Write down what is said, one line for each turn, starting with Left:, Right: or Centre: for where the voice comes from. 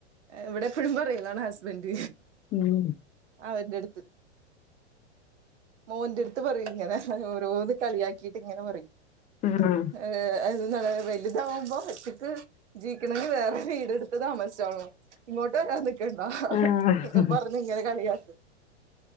Right: ഇവിടെ എപ്പഴും പറയ്ണ് ആണ് ഹസ്ബന്റ്.
Left: ഉം.
Right: അവന്റെടുത്ത്. മോന്റെടുത്ത് പറയും ഇങ്ങനെ ഓരോന്ന് കളിയാക്കിട്ട് ഇങ്ങനെ പറയും.
Left: ആഹ്
Right: ഏഹ് എന്താണ് വലുതാവുമ്പോ ഒറ്റയ്ക്ക് ജീവിക്കണെങ്കിൽ വേറെ വീടെടുത്ത് താമസിച്ചോളണം. ഇങ്ങോട്ട് വരാൻനിക്കണ്ടന്നൊക്കെ
Left: ആഹ്
Right: പറഞ് ഇങ്ങനെ കളിയാ